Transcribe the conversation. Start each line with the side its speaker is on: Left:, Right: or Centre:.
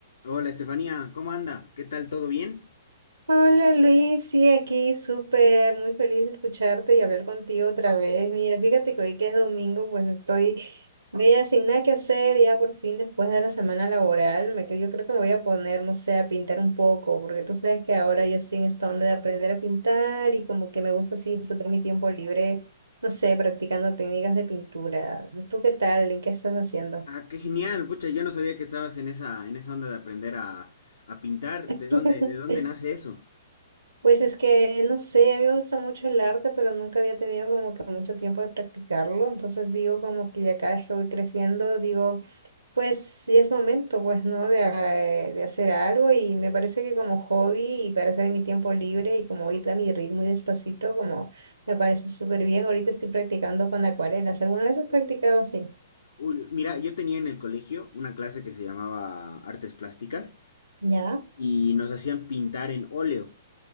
Left: Hola Estefanía, ¿cómo anda? ¿Qué tal? ¿Todo bien?
Right: Hola Luis, sí, aquí súper, muy feliz de escucharte y hablar contigo otra vez. Mira, fíjate que hoy que es domingo, pues estoy media sin nada que hacer, ya por fin después de la semana laboral, me, cre- yo creo que me voy a poner, no sé, a pintar un poco, porque tú sabes que ahora yo estoy en esta onda de aprender a pintar y como que me gusta así disfrutar mi tiempo libre, no sé, practicando técnicas de pintura. ¿Tú qué tal? ¿En qué estás haciendo?
Left: Ah, qué genial, pucha, yo no sabía que estabas en esa, en esa onda de aprender a, a pintar.
Right: <laughs>
Left: ¿De dónde, de dónde nace eso?
Right: Pues es que, no sé, a mí me gusta mucho el arte, pero nunca había tenido como que mucho tiempo de practicarlo. Entonces digo como que ya cada vez que voy creciendo, digo, pues sí es momento, pues, ¿no? De, eh, de hacer algo y me parece que como hobby y para hacer en mi tiempo libre y como ir a mi ritmo y despacito, como me parece súper bien. Ahorita estoy practicando con acuarelas. ¿Alguna vez has practicado así?
Left: Uy, mira, yo tenía en el colegio una clase que se llamaba Artes Plásticas
Right: Ya,
Left: y nos hacían pintar en óleo.